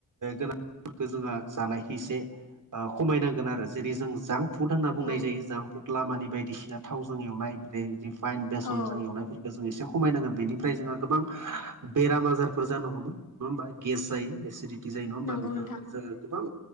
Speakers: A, on the right; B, on the left.
A: गोनांफोरखौ जोंहा जानायखै एसे खमायनांगोन आरो जेरै जों जांक फुड होनना बुंनाय
B: औ
A: जायो जांक फुड लामानि बायदिसिना थावजों एवनाय बेै रिफाइन बेसनजों
B: औ
A: एवनायफोरखौ जों एसे खमायनांगोन बेनिफ्राय जोंहा गोबां बेराम आजारफोर जानो हमो नङा होमबा गेस जायो एसिडटि जायो नङा होमा
B: नंगौ
A: बेफोर
B: नोंथां
A: जो गोबां